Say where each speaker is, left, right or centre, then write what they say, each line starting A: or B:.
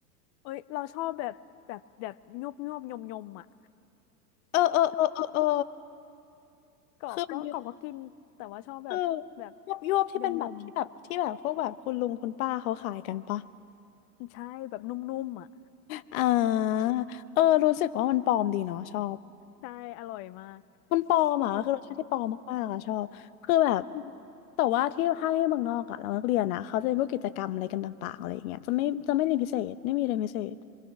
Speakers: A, on the left (about 35°); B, on the left (about 60°).
A: เอ้ยเราชอบแบบแบบแบบยุบยุบยมยมๆอะ
B: เออเออเออเออเออ
A: กรอบก็กรอบก็กินแต่ว่าชอบแบบแบบ
B: คือมันมีเออยวบยวบที่เป็นแบบที่แบบที่แบบพวกแบบคุณลุงคุณป้าเขาขายกันปะ
A: ยมยม
B: <laughs>
A: ใช่แบบนุ่มๆอะ
B: อ่าเออรู้สึกว่ามันปลอมดีเนาะชอบ
A: ใช่อร่อยมาก
B: มันปลอมอ่ะคือรสชาติที่ปลอมมากๆอ่ะชอบคือแบบ
A: แล้ว <laughs>
B: แต่ว่าที่ถ้าที่เมืองนอกอ่ะเรานักเรียนนะเขาจะมีพวกกิจกรรมอะไรกันต่างๆอะไรอย่างเงี้ยจะไม่จะไม่เรียนพิเศษไม่มีเรียนพิเศษ